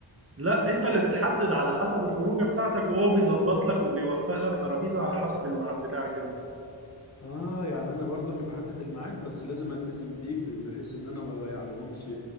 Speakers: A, on the right; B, on the left.
A: لا انت اللي بتحدد على حسب الخروجة بتاعتك وهو بيظبط لك وبيوفق لك ترابيزة على حسب الميعاد بتاعك انت
B: اه يعني انا برضو اللي بحدد الميعاد بس لازم التزم بيه ب- بحيث ان انا ما اضيع لهمش